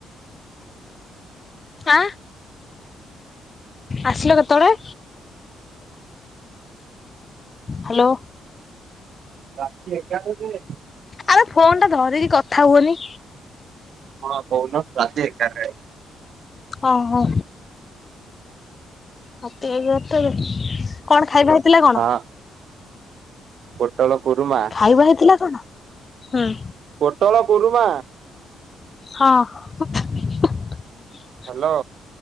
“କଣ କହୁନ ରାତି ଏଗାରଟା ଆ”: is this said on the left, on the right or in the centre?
Right